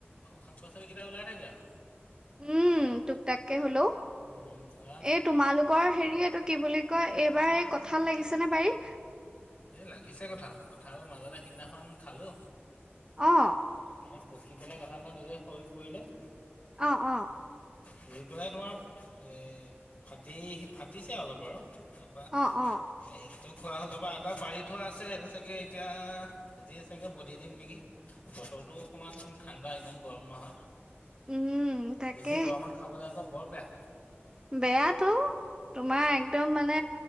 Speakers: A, on the left (about 30°); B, on the right (about 20°).
A: শাক পাচলি কেইটা ওলাই থাকে আও।
B: উম', টুক টাককে হলেও,
A: উম ধৰা
B: এই তোমালোক কৰ হেৰি এইটো কি বুলি কয়, এইবাৰ এই কঁঠাল লাগিছে নে বাৰিত?
A: এ লাগিছে কঠাল, কঁঠাল মাজতে সেইদিনাখন খালো।
B: অহ
A: মানে পকি পেলাই কঠাল এটা নিজে সৰি পৰিলে।
B: অ অ
A: পৰি পেলাই তোমাৰ এ ফাটি-ফাটিছে অলপ বাৰু তাৰপা
B: অ অ
A: হে টো খোৱা হলে বা পাৰি থোৱা আছে এইটো চাগে এতিয়া, আজিয়ে চাগে বধি দিম নেকি। বতৰটো অকমান ঠাণ্ডা, ইমান গৰম নহয়।
B: উম তাকে
A: বেছি গৰমত খাবলে আকৌ বৰ বেয়া।
B: বেয়া তো। তোমাৰ একদম মানে